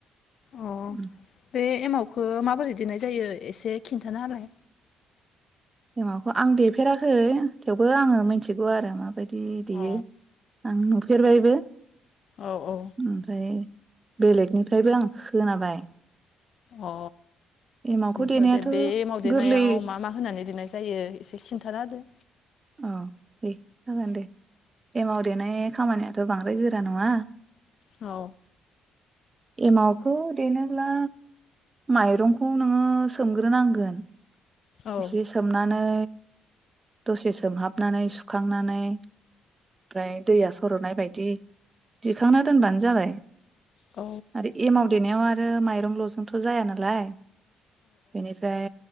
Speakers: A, on the left; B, on the right.
A: अ
B: उम
A: बे एमावखौ माबोरै देननाय जायो एसे खिन्थाना होलाय।
B: एमावखौ आं देफेराखै थेवबो आङो मिथिगौ आरो माबाय दि देयो
A: अ
B: आं नु फेरबायबो।
A: औ औ
B: ओमफ्राय बेलेगनिफ्रायबो आं खोनाबाय।
A: अ
B: एमावखौ
A: ओंथ'
B: देनायाथ'
A: दे बे मावदेनायाव
B: गोरलै
A: मा मा होनानै देनाय जायो एसे खिन्थाना होदो।
B: अ दे जागोन दे एमाव देनाय खामानियाथ' बांद्राय गोरा नङा।
A: औ
B: एमावखौ देनोब्ला माइरंखौ नोङो सोमग्रोनांगोन।
A: औ
B: एसे सोमनानै दसे सोमहाबनानै सुखांनानै ओमफ्राय दैया सर'नाय बायदि दिखांना दोनबानो जाबाय।
A: औ
B: आरो एमाव देनायाव आरो माइरंल' जोथ' जाया नालाय बेनिफ्राय